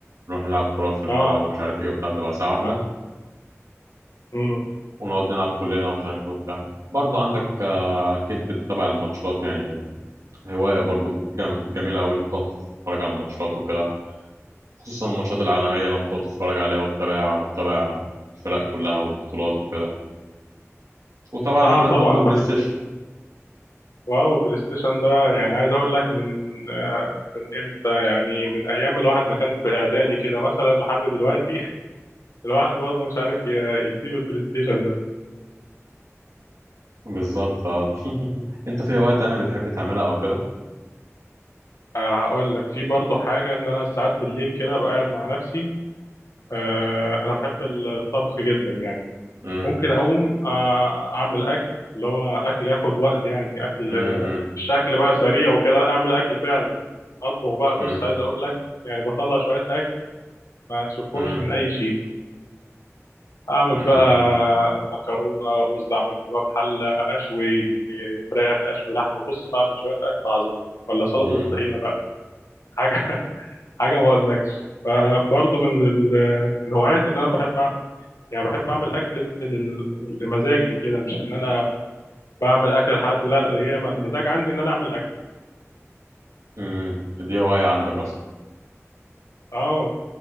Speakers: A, on the right (about 80°); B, on the left (about 85°).
A: نروح نلعب كرة في الملعب
B: آه
A: ومش عارف ايه وبتاع بتبقى ساعة واحدة
B: ما. مم.
A: ونقعد نلعب كلنا ومش عارف ايه وبتاع برضه عندك آه، اكيد بتتابع الماتشات يعني هوايه برضه جم- جميله قوي انك تقعد تتفرج على الماتشات وكده خصوصا الماتشات العالميه لما تقعد تتفرج عليها وتتابعها وتتابع الفرق كلها والبطولات وكده وطبعا
B: آه
A: عندك
B: طبعا
A: برضه بلاي
B: بحب
A: ستيشن
B: واو البلاي ستيشن ده يعني عايز اقول لك من آه، من امتى يعني من ايام الواحد ما كان في اعدادي كده مثلا لحد دلوقتي <laughs> الواحد برضه مش عارف ي- يسيب البلاي ستيشن ده
A: بالظبط اه <laughs> انت في هوايه تانية بتحب تعملها او كده
B: آه، هقول لك في برضه حاجه ان انا ساعات بالليل كده ابقى قاعد مع نفسي آه، انا بحب الطبخ جدا يعني
A: امم
B: ممكن اقوم آه، اعمل اكل اللي هو اكل ياخد وقت يعني اكل
A: امم
B: مش اكل بقى سريع وكده لا اعمل اكل فعلا اطبخ بقى بص
A: امم
B: عايز اقول لك يعني بطلع شويه اكل ما تشوفهمش
A: امم
B: من اي شيء اعمل
A: امم
B: بقى مكرونه رز اعمل كباب حله اشوي فراخ اشوي لحمه بص بعمل شويه اكل عظمه ولا سلطه
A: امم
B: الطحينه بقى حاجه <laughs> حاجه ما اقولكش فبرضه من ال- من هواياتي ان انا بحب اعمل يعني بحب اعمل اكل لل- لمزاجي كده مش ان انا بعمل اكل لحد لا هي م- مزاج عندي ان انا اعمل اكل
A: امم دي هوايه عندك اصلا
B: اه